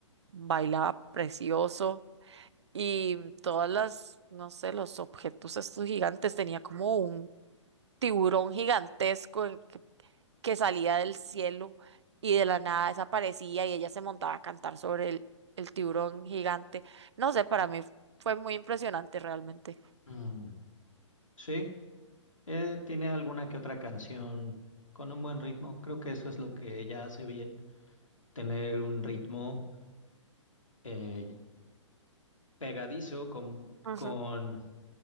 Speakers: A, on the right (about 60°); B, on the left (about 80°).
A: Bailaba precioso y mm, todas las, no sé, los objetos estos gigantes. Tenía como un tiburón gigantesco en que, que salía del cielo y de la nada desaparecía y ella se montaba a cantar sobre el, el tiburón gigante. No sé, para mí fue muy impresionante realmente.
B: Mm, sí, eh, tiene alguna que otra canción con un buen ritmo. Creo que eso es lo que ella hace bien. tener un ritmo eh, pegadizo con,
A: Ujú.
B: con,